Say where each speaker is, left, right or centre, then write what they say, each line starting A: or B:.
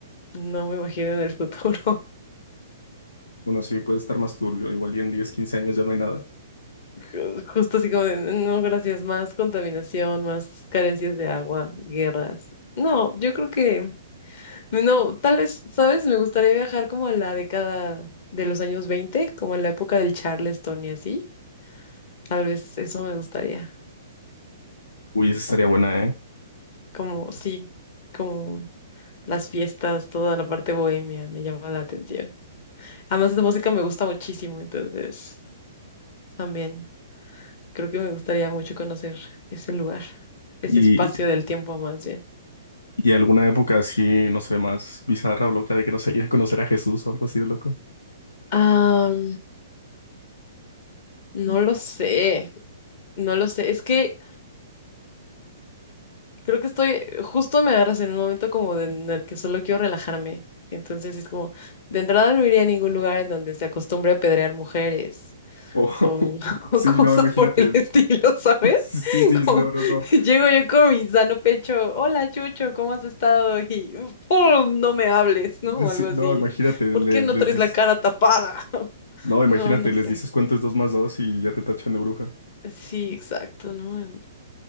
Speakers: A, on the left; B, on the left.
A: no me imagino en el futuro.
B: Bueno, sí, puede estar más turbio. Igual y en 10, 15 años ya no hay nada.
A: <laughs> Ju- Justo así como de, no, gracias, más contaminación, más carencias de agua, guerras. No, yo creo que No, tal vez, ¿sabes? Me gustaría viajar como a la década de los años 20, como en la época del Charleston y así. Tal vez eso me gustaría.
B: Uy, esa estaría buena, ¿eh?
A: Como, sí, como las fiestas, toda la parte bohemia me llama la atención. Además, esa música me gusta muchísimo, entonces también creo que me gustaría mucho conocer ese lugar, ese
B: Y
A: espacio del tiempo más bien.
B: Y alguna época así, no sé, más bizarra o loca de que no sé, ir a conocer a Jesús o algo así de loco.
A: Ah, no lo sé, no lo sé. Es que Creo que estoy, justo me agarras en un momento como de- en el que solo quiero relajarme. Entonces es como, de entrada no iría a ningún lugar en donde se acostumbre a apedrear mujeres
B: O-
A: o, <laughs>
B: <laughs>
A: o
B: sí,
A: cosas
B: no, imagínate.
A: por el estilo, ¿sabes?
B: <laughs> Sí, sí, sí,
A: Como,
B: no, no,
A: <laughs>
B: no.
A: llego yo con mi sano pecho, hola Chucho, ¿cómo has estado? Y ¡pum! No me hables, ¿no?
B: Eh,
A: O
B: Sí,
A: algo así.
B: no, imagínate,
A: ¿Por
B: le-
A: qué no
B: les,
A: traes
B: dices.
A: la cara tapada? <laughs>
B: No, imagínate,
A: No, no sé.
B: les dices cuánto es 2 más 2 y ya te tachan de bruja.
A: Sí, exacto, ¿no?